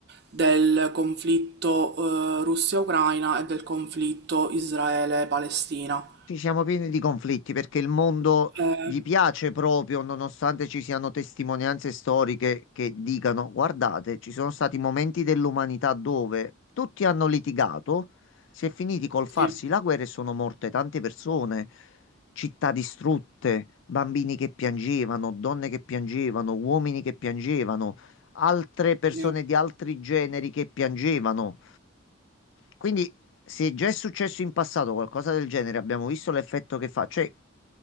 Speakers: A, on the right (about 55°); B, on the left (about 70°).
A: del conflitto, eh, Russia-Ucraina e del conflitto Israele-Palestina.
B: Ci siamo pieni di conflitti perché il mondo
A: Eh,
B: gli piace proprio, nonostante ci siano testimonianze storiche che dicano: guardate, ci sono stati momenti dell'umanità dove tutti hanno litigato, si è finiti col farsi
A: sì,
B: la guerra e sono morte tante persone, città distrutte, bambini che piangevano, donne che piangevano, uomini che piangevano, altre persone
A: sì.
B: di altri generi che piangevano. Quindi, se già è successo in passato qualcosa del genere, abbiamo visto l'effetto che fa. Cioè,